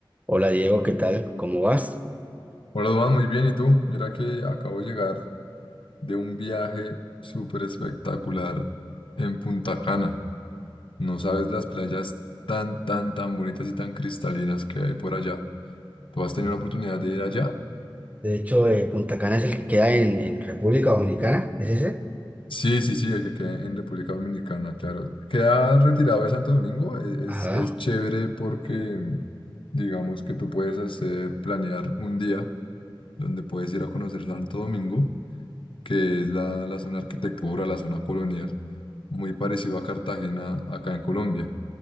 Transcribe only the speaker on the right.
Hola Diego, ¿qué tal? ¿Cómo vas?
De hecho, eh, Punta Cana es el que queda en, en República Dominicana, ¿es ese?
Ajá.